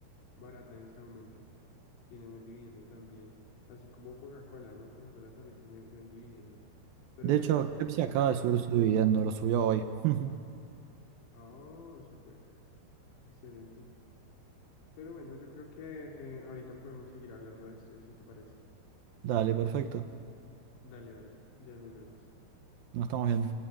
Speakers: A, on the left (about 55°); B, on the right (about 75°).
A: barata en este momento. Tiene buen dividendo también. Así como Coca-Cola, ¿no? Coca-Cola también tiene buen dividendo. Pero
B: De
A: bueno,
B: hecho,
A: yo creo
B: Pepsi
A: que...
B: acaba de subir su dividendo, lo subió hoy. <laughs>
A: Ah, súper. Excelente. Pero bueno, yo creo que eh, ahorita podemos seguir hablando de esto, si te parece.
B: Dale, perfecto.
A: Dale, dale. Ya nos vemos.
B: Nos estamos viendo.